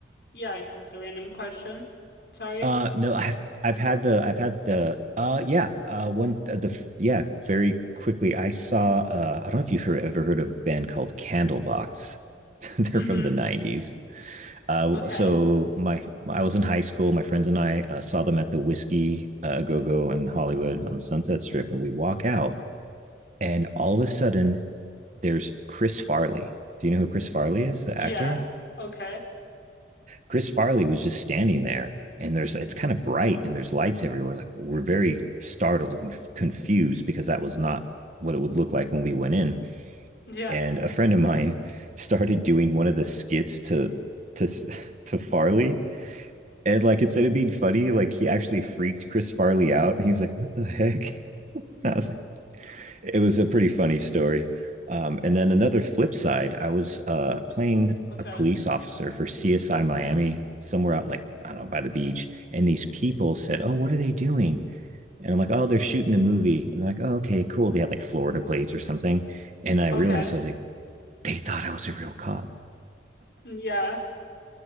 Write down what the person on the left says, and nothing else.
Yeah, I know it's a random question. Sorry.
Mm-hmm.
Okay.
Yeah.
Okay.
Yeah.
Okay.
Okay.
Yeah.